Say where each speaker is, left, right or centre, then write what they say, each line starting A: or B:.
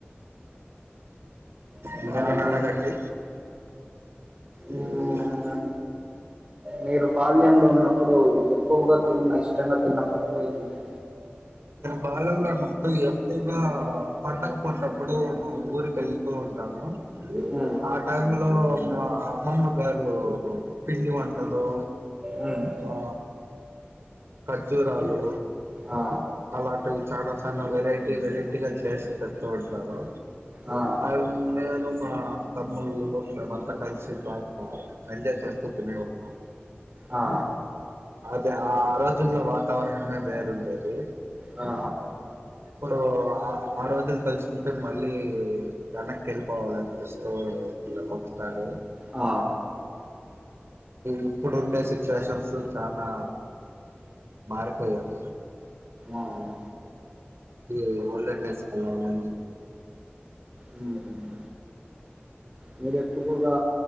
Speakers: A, on the right; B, on the right.
A: చెప్పాలండి
B: ఇంకేమన అడగండి <inaudible>
A: మ్మ్ మీరు బాల్యంలో ఉన్నప్పుడు ఎక్కువగా తిన్న ఇష్టంగా తిన్న ఫుడ్ ఏంటి?
B: నేను బాల్యంలో ఉన్నపుడు ఎక్కువగా పండగపూట అప్పుడు ఊరుకి వెళ్తు ఉ ఉంటాను
A: మ్మ్
B: ఆ టైంలొ ఇంగ అమ్మమ్మగారు పిండివంటలు
A: మ్మ్
B: ఆ ఖర్జురాలు
A: ఆ
B: అలాంటివి చనా చనా వెరైటీ వెరైటీగా చేసి పెడుతూ ఉంటారు.
A: ఆ
B: అన్ మేము మా తమ్ములు మేమ్ అంతా కలిసి బాగా ఎంజాయ్ చేస్తూ చిన్నగాఉన్నాం
A: ఆ
B: అద ఆ ఆ రోజుల్లో వాతావరణమే వేరుండేది
A: ఆ
B: ఇప్పుడు ఆ రోజులు తలుచుకుంటే మళ్ళీ వెనక్కి వెళ్లిపోవాలి అనిపిస్తు ఇల ఒకసారి
A: ఆ
B: ఇప్పుడు ఉండే సిచ్యువేషన్స్ చానా మారిపోయాయి
A: అవును
B: ఇ ఓల్డెన్డేస్ కి వెళ్లన్ని అని ఉంది
A: హ్మ్ మీరు ఎక్కువగా